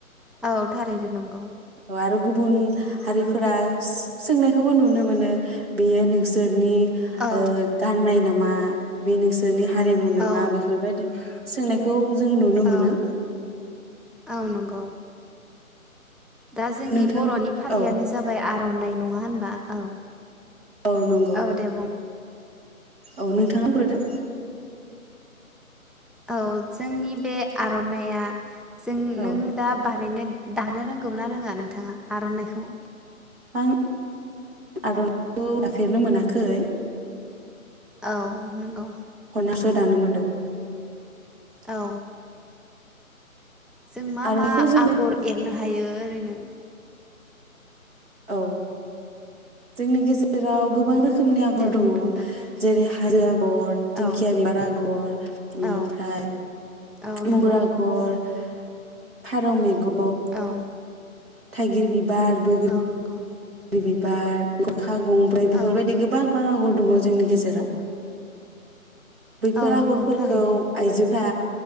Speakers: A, in the centre; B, on the right.
A: औ थारैनो नंगौ
B: आरो गुबुन हारिफोरा सोंनायखौबो नुनो मोनो बेयो नोंसोरनि
A: औ
B: ओ गाननाय नामा बे नोंसोरनि हारिमु नोमा
A: औ
B: बेफोरबायदि <inaudible> सोंनायखौ जों नुनो मोनो
A: औ औ नंगौ दा जोंनि
B: नोंथां
A: बर'नि फालियानो
B: औ
A: जाबाय आर'नाइ नङा होनबा औ
B: औ नंगौ
A: औ दे बुं
B: औ नोंथाङा बुंग्रोदो
A: औ जोंनि बे आर'नाइआ जों नों
B: औ
A: दा बानाय दानो रोंगौना रोङा नोंथाङा आर'नाइखौ
B: आं आर'नाइखौ दाफेरनो मोनाखै
A: औ नंगौ
B: खनासो दानो मोन्दों
A: औ जों मा
B: आर'नाइखौ
A: मा
B: जोङो
A: आगर एरनो हायो ओरैनो
B: औ जोंनि गेजेराव गोबां रोखोम खोमनि आगर
A: दे
B: दङ
A: बुंदो नोंथां
B: जेरै हाजो आ गर दिंखिया
A: औ
B: बिबार आगर ओमफ्राय
A: औ औ
B: <unintelligible>
A: नंगौ
B: आगर फारौ मेगन
A: औ
B: थाइगिर बिबार बैग्रि
A: औ नंगौ
B: बिबार गरखा गंब्रै बेफोरबायदि
A: औ
B: गोबां बा आगर दङ जोंनि गेजेराव बैफोर
A: औ
B: आगरफोरखौ
A: नंगौ थारैनो
B: आइजोफ्रा